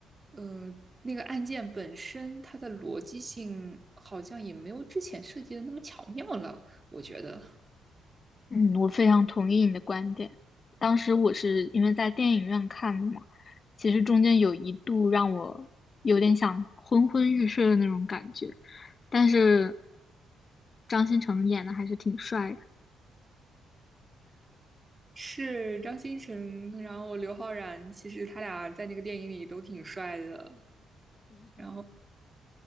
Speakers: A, on the right; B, on the left.
A: 嗯、那个案件本身它的逻辑性好像也没有之前设计的那么巧妙了，我觉得。
B: 嗯，我非常同意你的观点。当时我是因为在电影院看的嘛，其实中间有一度让我有点想昏昏欲睡的那种感觉，但是张新成演的还是挺帅的。
A: 是张新成，然后刘昊然，其实他俩在那个电影里都挺帅的。然后